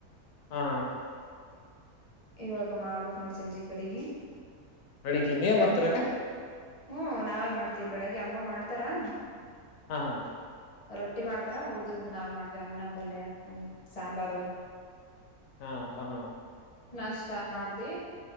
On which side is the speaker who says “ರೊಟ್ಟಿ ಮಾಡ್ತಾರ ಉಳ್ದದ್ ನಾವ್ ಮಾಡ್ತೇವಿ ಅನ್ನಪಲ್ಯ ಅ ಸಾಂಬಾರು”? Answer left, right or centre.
Left